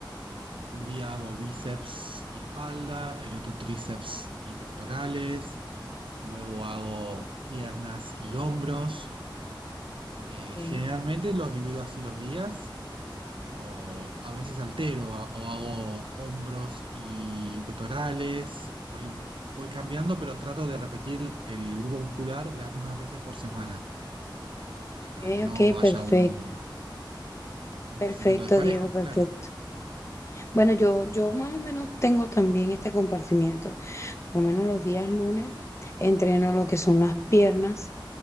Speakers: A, on the right (about 85°); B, on the left (about 35°).
A: un día hago bíceps y espalda, el otro tríceps y pectorales, luego hago piernas y hombros. Eh,
B: ok.
A: generalmente los divido así los días o a veces altero a- o hago hombros y pectorales. Por ahí voy cambiando, pero trato de repetir el grupo muscular las mismas veces por semana, eh, para
B: Ok,
A: que no
B: ok,
A: haya
B: perfecto,
A: un, un
B: perfecto,
A: crecimiento desparejo,
B: Diego, perfecto.
A: claro.
B: Bueno, yo, yo más o menos tengo también este compartimiento, por lo menos los días lunes entreno lo que son las piernas